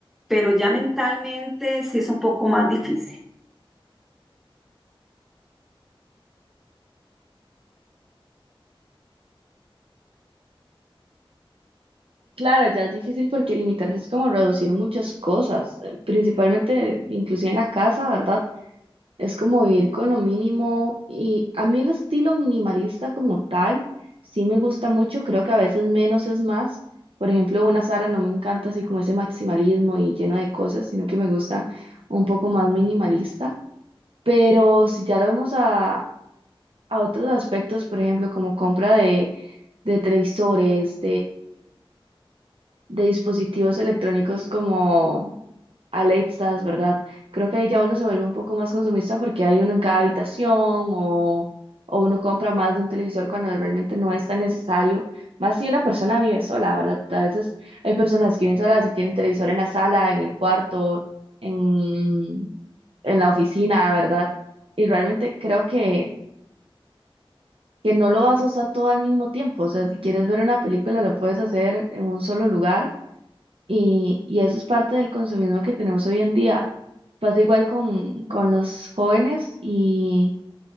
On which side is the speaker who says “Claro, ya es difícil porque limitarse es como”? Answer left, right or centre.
Right